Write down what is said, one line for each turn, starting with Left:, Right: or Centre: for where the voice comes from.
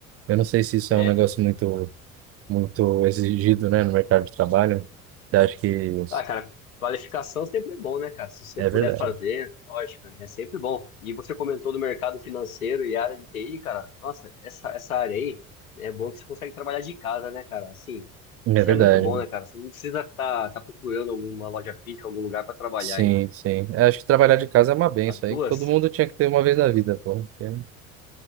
Right: Eu não sei se isso
Left: É,
Right: é um negócio muito, muito exigido, né, no mercado de trabalho. Você acha que
Left: Ah, cara, qualificação sempre é bom, né, cara? Se você
Right: É
Left: puder
Right: verdade.
Left: fazer, lógico, é sempre bom. E você comentou do mercado financeiro e área de TI, cara. Nossa, essa, essa área aí né, é bom que você consegue trabalhar de casa, né, cara? Assim,
Right: É
Left: isso
Right: verdade.
Left: é muito bom, né, cara? Você não precisa estar tá, tá procurando alguma loja física, algum lugar para trabalhar.
Right: Sim,
Left: E
Right: sim. Eu Acho que trabalhar de casa é uma benção
Left: as duas
Right: aí que todo mundo tinha que ter uma vez na vida, pô. Porque-